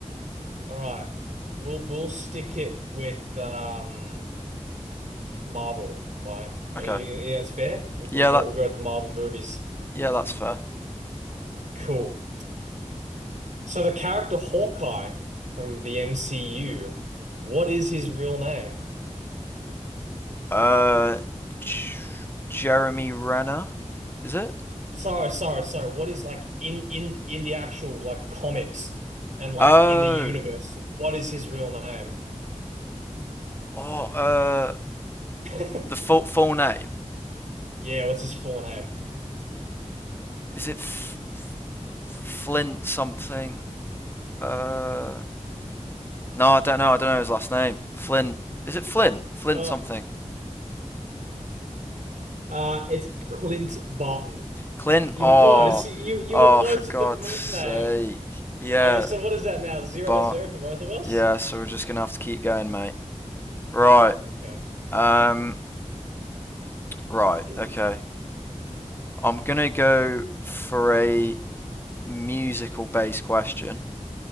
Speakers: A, on the right; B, on the left.
A: right, we'll we'll stick it with um Marvel, right?
B: Okay.
A: Uh, yeah, yeah, that's fair. We'll, go-
B: Yeah,
A: we'll go
B: that
A: we'll go with the Marvel movies.
B: yeah, that's fair.
A: Cool. So the character Hawkeye from the MCU, what is his real name?
B: Uh, J- Jeremy Renner, is it?
A: Sorry, sorry, sorry. What is like in in in the actual like comics and like
B: Oh,
A: in the universe? What is his real name?
B: oh, uh,
A: <laughs>
B: the full full name
A: Yeah, what's his full name?
B: is it F- F- Flint something? Uh, No, I don't know. I don't know his last name. Flint. Is it Flint? Flint
A: Oh,
B: something.
A: uh, it's Clint Barton.
B: Clint.
A: You
B: Oh,
A: were close. <laughs> You you
B: oh,
A: were close
B: for God's
A: to the first
B: sake.
A: name.
B: Yeah,
A: Okay, so what is that now? Zero
B: but
A: zero for both of us?
B: yeah. So we're just gonna have to keep going, mate.
A: Okay,
B: Right.
A: okay.
B: Um. Right.
A: Mm.
B: Okay. I'm gonna go for a musical-based question.